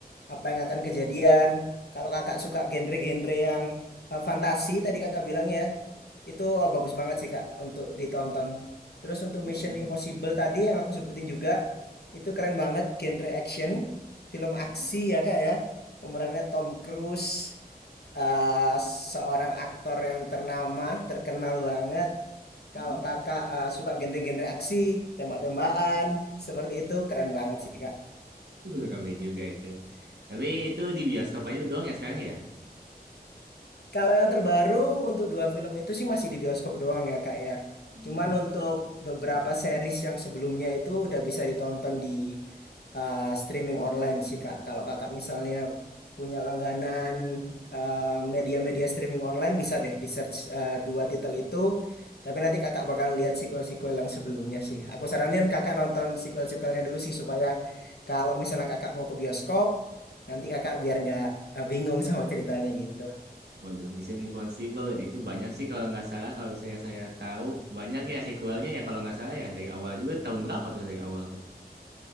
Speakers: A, on the left (about 75°); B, on the right (about 85°).
A: apa yang akan kejadian. Kalau kakak suka genre-genre yang eh, fantasi tadi kakak bilang ya, itu eh, bagus banget sih kak untuk ditonton. Terus untuk
B: Oh.
A: Mission
B: Mm-mm.
A: Impossible tadi yang aku sebutin juga, itu keren banget genre action, film aksi
B: Mm-mm.
A: ya kak ya. Pemerannya Tom Cruise, eh, seorang aktor yang ternama, terkenal banget. Kalau
B: Mm-mm.
A: kakak eh, suka genre-genre aksi, tembak-tembakan, seperti itu keren banget sih kak.
B: Uh, Rame juga itu. Tapi itu di bioskop aja doang ya sekarang ya?
A: Kalau yang terbaru untuk dua film itu sih masih di bioskop doang ya kak ya.
B: Hmm.
A: Cuman untuk beberapa series yang sebelumnya itu udah bisa ditonton di uh, streaming online sih kak. Kalau kakak misalnya punya langganan uh, media-media streaming online bisa deh di search uh, dua titel itu. Tapi nanti kakak bakal lihat sequel-sequel yang sebelumnya sih. Aku saranin kakak nonton sequel-sequelnya dulu sih supaya kalau misalnya kakak mau ke bioskop, nanti kakak biar nggak uh, bingung sama ceritanya gitu.
B: Waduh, Mission Impossible ya itu banyak sih kalau nggak salah. Kalau misalnya saya tahu banyak ya sequelnya ya kalau nggak salah ya dari awal juga tahun berapa tuh dari awal tuh?